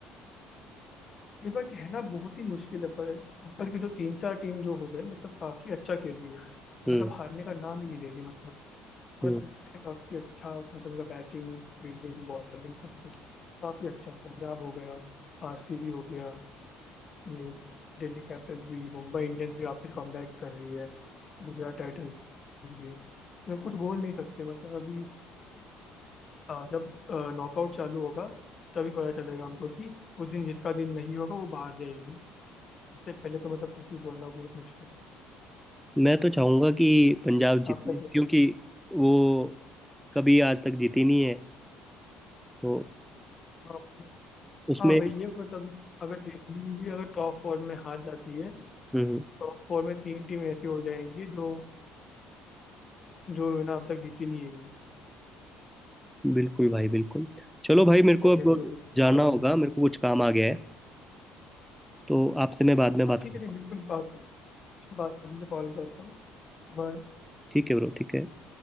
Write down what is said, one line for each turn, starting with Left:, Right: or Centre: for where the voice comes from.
Left: इस बार कहना बहुत ही मुश्किल है पर ऊपर की जो तीन चार टीम जो हो गए मतलब काफी अच्छा खेल रही है
Centre: हम्म
Left: मतलब हारने का नाम ही नहीं ले रही मतलब हर
Centre: हम्म
Left: तरीके से काफी अच्छा मतलब उनका बैटिंग फील्डिंग बॉलिंग सब कुछ काफी अच्छा है पंजाब हो गया आरसीबी हो गया ये दिल्ली कैपिटल्स भी मुंबई इंडियंस भी वापस कमबैक कर रही है गुजरात टाइटंस भी मैं कुछ बोल नहीं सकते मतलब अभी अ, जब नॉकआउट चालू होगा तभी पता चलेगा हमको कि उस दिन जिसका दिन नहीं होगा वो बाहर जाएगी उससे पहले तो मतलब कुछ भी बोलना बहुत मुश्किल है
Centre: मैं तो चाहूंगा कि पंजाब जीते
Left: आप क्या कहते
Centre: क्योंकि वो कभी आज तक जीती नहीं है तो
Left: हो हाँ मतलब
Centre: उसमें
Left: हाँ वही है मतलब अगर दिल्ली भी अगर टॉप फोर में हार जाती है
Centre: हम्म हम्म।
Left: टॉप फोर में तीन टीम ऐसी हो जाएंगी जो जो है ना अब तक जीती नहीं है एक भी
Centre: बिल्कुल भाई बिल्कुल चलो भाई
Left: आप
Centre: मेरे
Left: क्या
Centre: को
Left: कहते
Centre: अब
Left: हो फिर इसके
Centre: जाना
Left: बारे
Centre: होगा
Left: में
Centre: मेरे को कुछ काम आ गया है तो आपसे मैं बाद में बात
Left: हाँ ठीक
Centre: करूंगा
Left: है ठीक बिल्कुल बात बात में कॉल करता हूँ मैं।
Centre: ठीक है ब्रो ठीक है